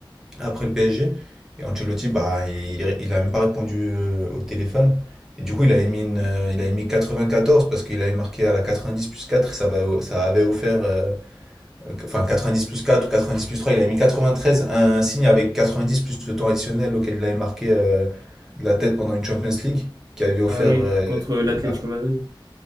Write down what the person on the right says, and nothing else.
Ah oui,
contre l'Atlético
Madrid.